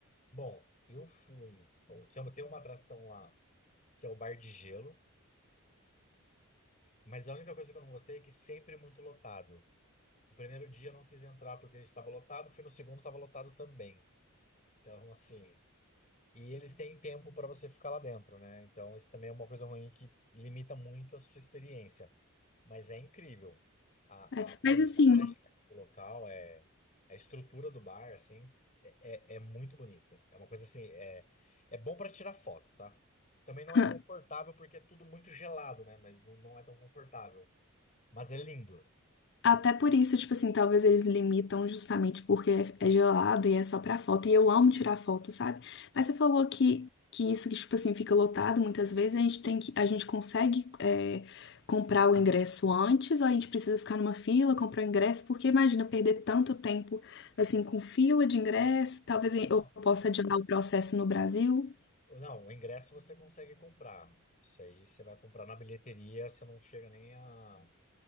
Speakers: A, on the left; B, on the left.
A: bom, eu fui. eu tinha- Tem uma atração lá, que é o Bar de Gelo. Mas a única coisa que eu não gostei é que sempre é muito lotado. O primeiro dia eu não quis entrar porque estava lotado, fui no segundo, estava lotado também. Então, assim. E eles têm tempo para você ficar lá dentro, né? Então, isso também é uma coisa ruim que limita muito a sua experiência. Mas é incrível. A,
B: É,
A: a paisagem,
B: mas assim,
A: assim, do local, é, a estrutura do bar, assim, é, é, é muito bonita. É uma coisa assim, é, é bom para tirar foto, tá? Também não é
B: <laughs>
A: confortável porque é tudo muito gelado, né? Mas não, não é tão confortável. Mas é lindo.
B: Até por isso, tipo assim, talvez eles limitam justamente porque é é gelado e é só pra foto. E eu amo tirar foto, sabe? Mas você falou que, que isso que, tipo assim, fica lotado muitas vezes, a gente tem que, a gente consegue é, comprar o ingresso antes, ou a gente precisa ficar numa fila, comprar o ingresso, porque imagina perder tanto tempo assim com fila de ingresso, talvez eu
A: Não.
B: possa adiantar o processo no Brasil.
A: Não, o ingresso você consegue comprar. Isso aí você vai comprar na bilheteria, você não chega nem a.